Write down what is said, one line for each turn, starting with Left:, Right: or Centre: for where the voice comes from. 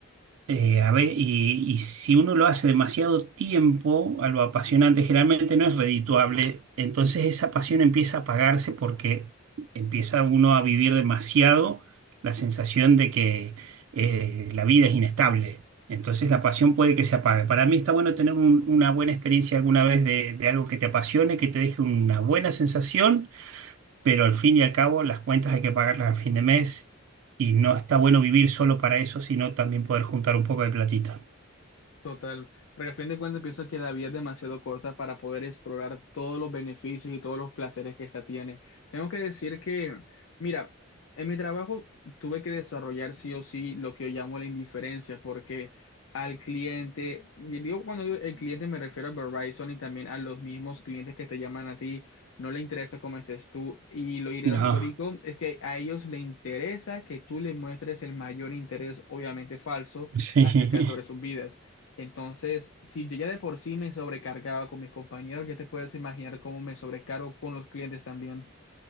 Right: Eh, a ve- y, y si uno lo hace demasiado tiempo, algo apasionante generalmente no es redituable, entonces esa pasión empieza a apagarse porque empieza uno a vivir demasiado la sensación de que eh, la vida es inestable. Entonces la pasión puede que se apague. Para mí está bueno tener un- una buena experiencia alguna vez de, de algo que te apasione, que te deje una buena sensación pero al fin y al cabo las cuentas hay que pagarlas a fin de mes y no está bueno vivir solo para eso, sino también poder juntar un poco de platita.
Left: Total, porque a fin de cuentas pienso que la vida es demasiado corta para poder explorar todos los beneficios y todos los placeres que esta tiene. Tengo que decir que, mira, en mi trabajo tuve que desarrollar sí o sí lo que yo llamo la indiferencia, porque al cliente, y digo cuando digo el cliente me refiero a Verizon y también a los mismos clientes que te llaman a ti, no le interesa cómo estés tú. Y lo iré-
Right: No,
Left: irónico es que a ellos le interesa que tú le muestres el mayor interés, obviamente falso,
Right: <laughs> sí.
Left: acerca sobre sus vidas. Entonces, si yo ya de por sí me sobrecargaba con mis compañeros, ya te puedes imaginar cómo me sobrecargo con los clientes también.